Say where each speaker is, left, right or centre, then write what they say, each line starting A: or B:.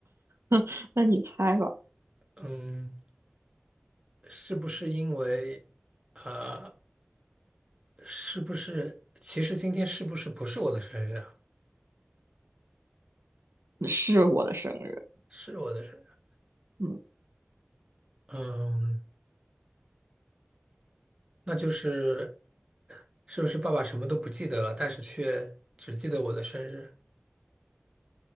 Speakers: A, on the right; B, on the right.
A: <laughs> 那你猜吧，
B: <laughs> 嗯。是不是因为，啊，是不是其实今天是不是不是我的生日啊？
A: 是我的生日。
B: 是我的生日啊，
A: 嗯，
B: 嗯，那就是是不是爸爸什么都不记得了，但是却只记得我的生日？